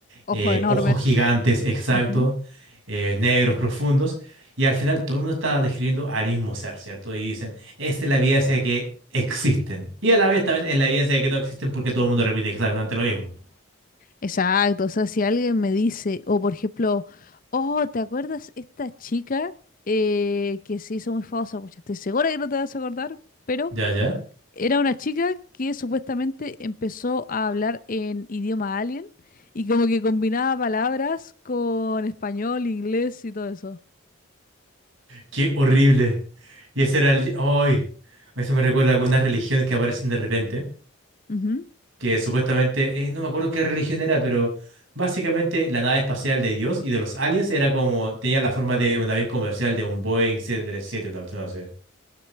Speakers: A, on the left; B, on the right.
A: Ojos
B: eh,
A: enormes.
B: ojos gigantes, exacto,
A: Ujú.
B: eh, negros profundos? Y al final todo el mundo está describiendo al mismo ser, ¿cierto? Y dicen, esta es la evidencia de que existen. Y a la vez también es la evidencia de que no existen porque todo el mundo repite exactamente lo mismo.
A: Exacto, o sea, si alguien me dice, o por ejemplo, oh, ¿te acuerdas esta chica eh, que se hizo muy famosa? Pues estoy segura que no te vas a acordar, pero
B: Ya, ya.
A: Era una chica que supuestamente empezó a hablar en idioma alien y como que combinaba palabras con español, inglés y todo eso.
B: Qué horrible. Y ese era el... ¡Ay! Eso me recuerda a algunas religiones que aparecen de repente
A: Ujú.
B: que supuestamente, eh, no me acuerdo qué religión era, pero básicamente la nave espacial de Dios y de los aliens era como, tenía la forma de un avión comercial, de un Boeing 737, una cuestión así.